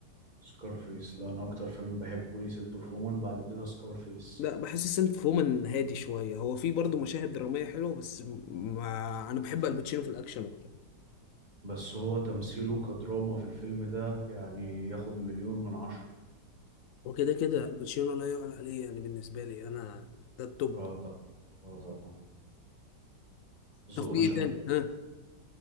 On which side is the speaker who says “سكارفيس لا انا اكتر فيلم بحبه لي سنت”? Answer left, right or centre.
Right